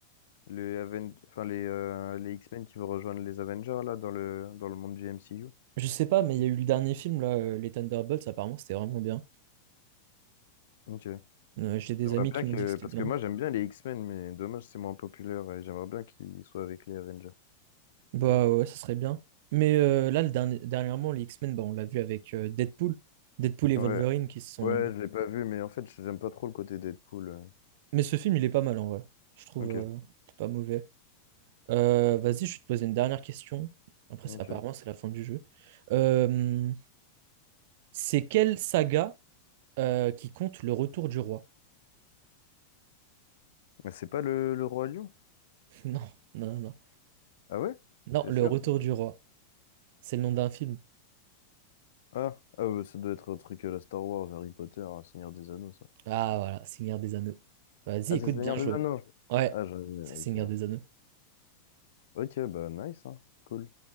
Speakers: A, on the left; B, on the right.
A: Les, Aven- enfin, les, euh, les X-Men qui vont rejoindre les Avengers là dans le, dans le monde du MCU.
B: Je sais pas, mais il y a eu le dernier film, là, euh, les Thunderbolts, apparemment, c'était vraiment bien.
A: Ok.
B: Euh, j'ai
A: J'aimerais
B: des amis qui
A: bien que.
B: m'ont dit que c'était
A: Parce
B: bien.
A: que moi j'aime bien les X-Men, mais dommage c'est moins populaire et j'aimerais bien qu'ils soient avec les Avengers.
B: Bah ouais, ça serait bien. Mais euh, là, le dernier- dernièrement, les X-Men, bah, on l'a vu avec euh, Deadpool. Deadpool et Wolverine
A: Ouais.
B: qui se sont...
A: Ouais, je l'ai pas vu, mais en fait j'aime pas trop le côté Deadpool. euh.
B: Mais ce film, il est pas mal, en vrai. Je trouve
A: Ok,
B: euh, c'est pas mauvais. Euh, vas-y, je vais te poser une dernière question. Après,
A: ok.
B: c'est- apparemment, c'est la fin du jeu. Euh, c'est quelle saga euh, qui compte le retour du roi?
A: Mais c'est pas le, le Roi Lion?
B: <laughs> Non, non, non.
A: Ah ouais?
B: Non,
A: T'es
B: Le
A: sûr?
B: Retour du Roi. C'est le nom d'un film.
A: Ah, ah ouais, ça doit être un truc à la Star Wars, Harry Potter, hein, Seigneur des Anneaux, ça.
B: Ah voilà, Seigneur des Anneaux. Vas-y,
A: Ah,
B: écoute,
A: c'est Seigneur
B: bien joué.
A: des Anneaux.
B: Ouais,
A: Ah, j'avais.
B: c'est Seigneur
A: Ok.
B: des Anneaux.
A: Ok, bah nice, hein. Cool.